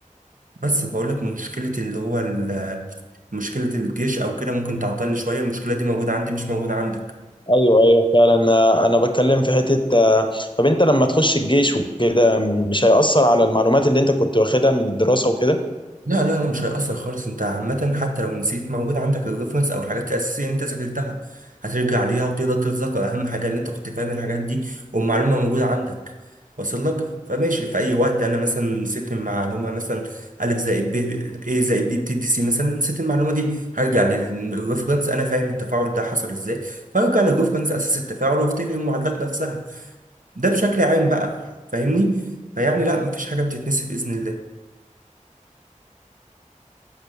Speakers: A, on the right; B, on the left.
A: بس بقول لك مشكلة اللي هو ال- مشكلة الجيش أو كده ممكن تعطلني شوية المشكلة دي موجودة عندي مش موجودة عندك
B: ايوه ايوه فعلا آه، انا بتكلم في حتة آه، طب انت لما تخش الجيش وكده مش هيأثر على المعلومات اللي انت كنت واخدها من الدراسة وكده
A: لا لا لا مش هيأثر خالص انت عامة حتى لو نسيت موجود عندك الريفرنس او الحاجات الأساسية اللي انت ذاكرتها هترجع ليها وتقدر تتذكر أهم حاجة اللي انت كنت فاهم الحاجات دي والمعلومة موجودة عندك واصل لك فماشي في أي وقت أنا مثلا نسيت المعلومة مثلا ألف زائد ب إيه زائد بي بتدي سي مثلا نسيت المعلومة دي هرجع للريفرنس أنا فاهم التفاعل ده حصل إزاي فهرجع للريفرنس أساس التفاعل وأفتكر المعادلات نفسها ده بشكل عام بقى فاهمني؟ فيعني لا مفيش حاجة بتتنسي بإذن الله